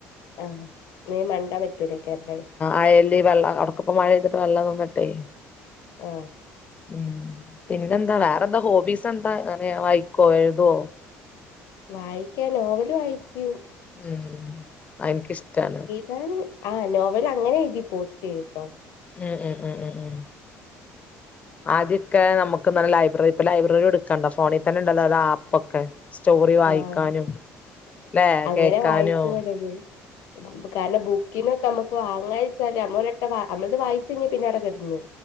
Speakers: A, on the left; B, on the left.
A: ആ നീ മണ്ടാ പറ്റൂലയിക്കരം ലെ
B: ആഴല്ല വെള്ള അടക്കപ്പം മഴെയ്തിട്ട് വെള്ളം തോന്നിട്ടെ
A: ആ
B: ഉം പിന്നെന്താ വേറെന്താ ഹോബീസ് എന്താ അങ്ങനെയ വായിക്കോ എഴുതോ
A: വായിക്കാ നോവല് വായിക്യും
B: ഉം അ എനിക്കിഷ്ടാണ്
A: ഞാൻ ആ നോവൽ അങ്ങനെ എഴുതി പോസ്റ്റെയൂട്ടോ.
B: ഉം ഉം ഉം ഉം ഉം
A: <inaudible>
B: ആദ്യൊക്കെ നമുക്ക് എന്താന്ന് ലൈബ്രറി ഇപ്പൊ ലൈബ്രറി എടുക്കാണ്ട ഫോണിൽ തന്നെ ഉണ്ടല്ലോ അ ആപ്പ്ക്കെ സ്റ്റോറി വായിക്കാനും
A: ആഹ്
B: ല്ലെ
A: അങ്ങനെ
B: കേക്കാനോ
A: വായിച്ചു പോണത് കാരണം ബുക്കിനൊക്കെ നമ്മുക്ക് വാങ്ങാച്ചാല് അമ്മളോരാട്ടം നമ്മളിത് വായിച്ചഞ്ഞ പിന്നെട കടന്ന്